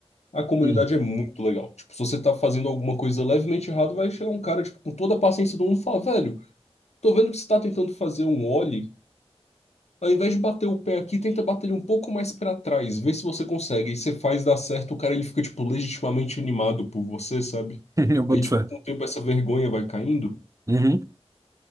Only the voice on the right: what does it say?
Hum.
<laughs> Eu boto
fé.
Uhum.